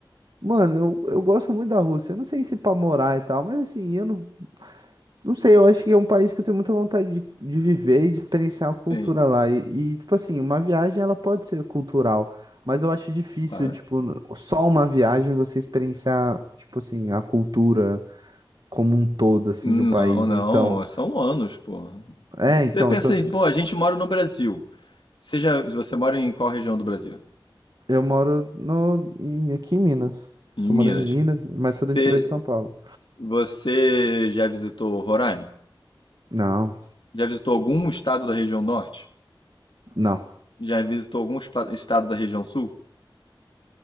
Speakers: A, on the right; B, on the left.
A: Mano, eu, eu gosto muito da Rússia. Eu não sei se pra morar e tal, mas assim, eu não, Não sei, eu acho que é um país que eu tenho muita vontade de, de viver e de experienciar a
B: Sim,
A: cultura lá. E, e, tipo assim, uma viagem ela pode ser cultural, mas eu acho difícil,
B: claro.
A: tipo, n- só uma viagem você experienciar, tipo assim, a cultura como um todo, assim,
B: Não,
A: de um país.
B: não,
A: Então,
B: são anos, pô.
A: é,
B: Você
A: então,
B: pensa,
A: então, tipo,
B: em, pô, a gente mora no Brasil. Você já, você mora em qual região do Brasil?
A: eu moro no, em- aqui em Minas.
B: Em
A: Tô
B: Minas.
A: morando em Minas, mas
B: Você,
A: sou do interior de São Paulo.
B: você já visitou Roraima?
A: Não,
B: Já visitou algum estado da região norte?
A: não,
B: Já visitou algum espa- estado da região sul?